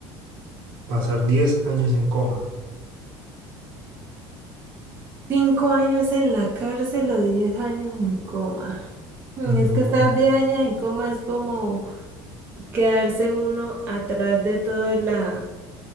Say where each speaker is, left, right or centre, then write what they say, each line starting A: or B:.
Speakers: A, on the right (about 80°); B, on the right (about 20°).
A: pasar diez años en coma?
B: Cinco años en la cárcel o diez años en coma. Mm,
A: Ujú.
B: Es que estar diez años en coma es como quedarse uno atrás de toda la,